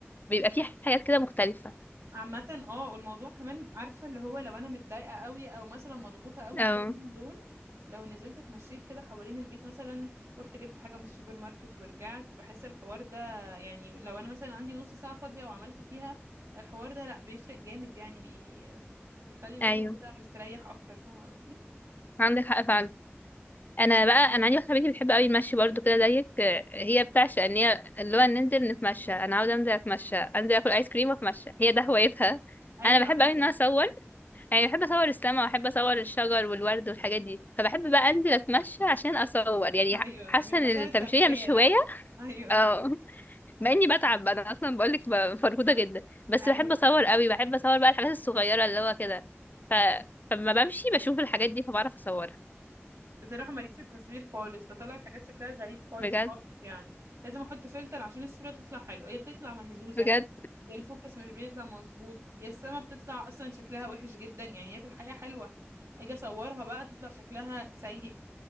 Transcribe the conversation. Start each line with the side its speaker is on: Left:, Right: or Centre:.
Left: بيبقى فيه حاجات كده مختلفه
Right: عامة اه والموضوع كمان عارفة اللي هو لو انا متضايقة قوي او مثلا مضغوطة قوي
Left: اه
Right: الكام يوم دول لو نزلت اتمشيت كده حوالين البيت مثلا رحت جبت حاجة من السوبر ماركت ورجعت بحس الحوار ده يعني لو انا مثلا عندي نص ساعة فاضية وعملت فيها الحوار ده لا بيفرق جامد يعني بي... بيخلي الواحد
Left: ايوه
Right: كده مستريح اكتر فاهمة قصدي؟
Left: عندك حق فعلا انا بقى انا عندي واحده صاحبتي بتحب قوي المشي برضو كده زيك آه، هي بتعشق ان هي اللي هو ننزل نتمشى انا عاوزه انزل اتمشى انزل اكل ايس كريم واتمشى هي ده هوايتها
Right: ايوه
Left: انا
Right: عامة
Left: بحب قوي ان انا اصور يعني بحب اصور السما واحب اصور الشجر والورد والحاجات دي فبحب بقى انزل اتمشى عشان اصور يعني
Right: ايوه
Left: ح- حاسه
Right: مش
Left: ان
Right: عشان
Left: التمشيه
Right: التمشية
Left: مش
Right: لا
Left: هوايه
Right: ايوه
Left: اه <laughs> مع اني بتعب انا اصلا بقولك ب- فرهوده جدا بس
Right: أيوة.
Left: بحب اصور قوي بحب اصور بقى الحاجات الصغيره اللي هو كده ف... فلما بمشي بشوف الحاجات دي فبعرف اصورها
Right: بصراحة ماليش في التصوير خالص بطلع الحاجات شكلها غريب خالص
Left: بجد
Right: خالص يعني لازم احط فلتر عشان الصورة تطلع حلوة هي بتطلع مهزوزة
Left: بجد
Right: يا الفوكس مش بيطلع مظبوط يا السما بتطلع اصلا شكلها وحش جدا يعني هي في الحقيقة حلوة اجي اصورها بقى تطلع شكلها سيء